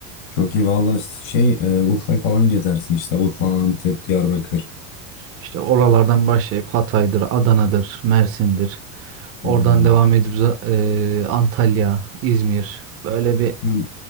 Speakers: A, on the left; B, on the right.
A: Çok iyi valla şey e, Urfa'yı falan gezersin işte Urfa, Antep, Diyarbakır.
B: İşte oralardan başlayıp Hatay'dır, Adana'dır, Mersin'dir. Oradan
A: Hmm.
B: devam edip za- eee, Antalya, İzmir. Böyle bir
A: Hmm.